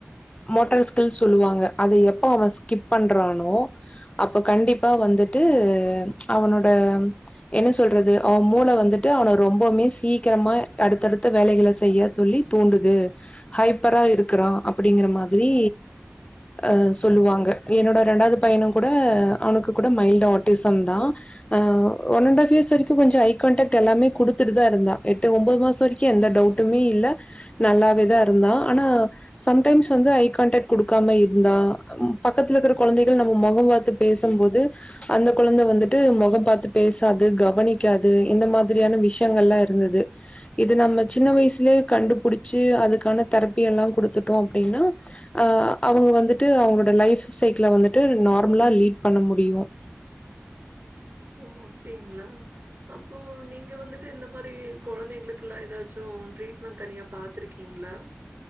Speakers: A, on the left; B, on the right.
A: மோட்டார் ஸ்கில் சொல்லுவாங்க அதை எப்ப அவன் ஸ்கிப் பண்றானோ அப்ப கண்டிப்பா வந்துட்டு அவனோட என்ன சொல்றது அவன் மூளை வந்துட்டு அவனை ரொம்பவுமே சீக்கிரமா அடுத்தடுத்த வேலைகளை செய்ய சொல்லி தூண்டுது ஹைப்பரா இருக்கிறான் அப்படிங்கிற மாரி ஆ சொல்லுவாங்க என்னோட ரெண்டாவது பையனும் கூட அவனுக்கு கூட மைல்ட ஆட்டிசம் தான் ஆ ஒன் அண்ட்ஹஃப் இயர்ஸ்க்கும் கொஞ்சம் ஐ கான்டாக்ட் எல்லாமே கொடுத்துட்டு தான் இருந்த எட்டு ஒன்பது மாசம் வரைக்கும் எந்த டவுட்டுமே இல்ல நல்லாவேதான் இருந்தான் ஆனா சம்டைம்ஸ் வந்து ஐ கான்டாக்ட் கொடுக்காம இரு இருந்தா பக்கத்துல இருக்கிற குழந்தைகள் நம்ம முகம் பார்த்து பேசும்போது அந்த குழந்தை வந்துட்டு முகம் பார்த்து பேசாது கவனிக்காது இந்த மாதிரியான விஷயங்கள் எலாம் இருந்தது இது நம்ம சின்ன வயசுலயே கண்டுபிடிச்சு அதுக்கான தெரப்பி எல்லாம் குடுத்துட்டோம் அப்படின்னா ஆ அவங்க வந்து வந்துட்டு அவங்களோட லைஃப் சைக்கில வந்துட்டு நார்மலா லீட் பண்ண முடியும்
B: ஓ அப்டிங்களா அப்போ நீங்க வந்துட்டு இந்த மாதரி குழந்தைங்களுக்குெல்லாம் ஏதாச்சும் ட்ரீட்மெண்ட் தனியா பாத்துிருக்கீங்களா